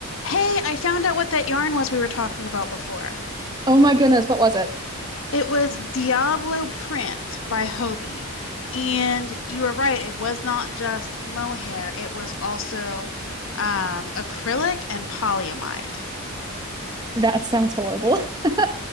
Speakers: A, on the left; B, on the right.
A: Hey, I found out what that yarn was we were talking about before.
B: Oh my goodness, what was it?
A: It was Diablo Print by Hobie. And you were right, it was not just mohair, it was also um, acrylic and polyamide.
B: That sounds horrible. <laughs>